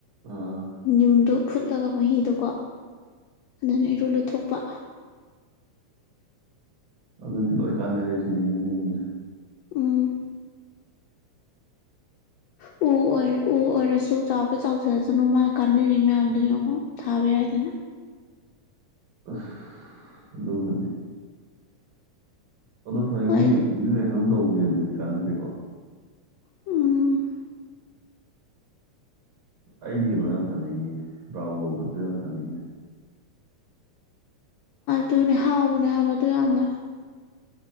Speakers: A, on the right (about 50°); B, on the left (about 75°).
A: ꯑꯥ
B: ꯅꯤꯝꯗꯣ ꯐꯨꯠꯂꯒ ꯃꯍꯤꯗꯣꯀꯣ ꯑꯗꯨꯅ ꯏꯔꯨ ꯂꯨꯊꯣꯛꯄ
A: ꯑꯗꯨꯗꯤ ꯂꯣꯏ ꯀꯥꯟꯅꯔꯦ ꯁꯤꯅꯤꯅꯦ ꯅꯤꯝꯁꯦ
B: ꯎꯨꯝ ꯎ ꯑꯣꯏ ꯎ ꯑꯣꯏꯔꯁꯨ ꯆꯥꯎꯒꯦ ꯆꯥꯎꯖꯔꯁꯅꯨ ꯃꯥ ꯀꯥꯟꯅꯔꯤ ꯃꯌꯥꯝꯗꯣ ꯌꯦꯡꯉꯣ ꯊꯥꯕ ꯌꯥꯏꯗꯅ
A: ꯑꯥꯍ ꯑꯗꯨ <unintelligible> <unintelligible>
B: ꯍꯣꯏ
A: ꯀꯥꯟꯅꯗꯦꯀꯣ
B: ꯎꯝ
A: ꯑꯩꯗꯤ ꯀꯩꯅꯣ ꯌꯥꯝ ꯊꯥꯅꯤꯡꯉꯤ ꯗꯔꯥꯒꫭꯜ ꯐꯨꯠꯇꫭ ꯌꯥꯝ ꯊꯥꯅꯤꯡꯉꯤ
B: ꯑꯗꯨꯅꯦ ꯍꯥꯎꯕꯅꯦ ꯍꯥꯏꯕ ꯑꯗꯨ ꯌꯥꯝꯅ